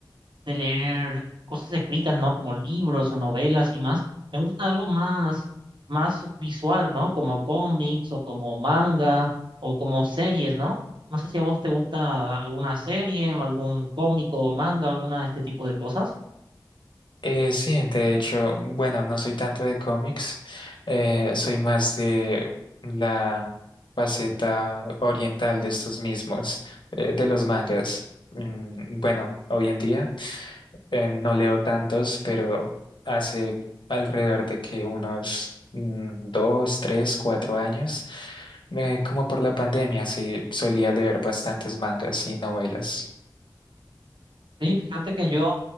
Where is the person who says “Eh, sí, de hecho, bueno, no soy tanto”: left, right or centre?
Left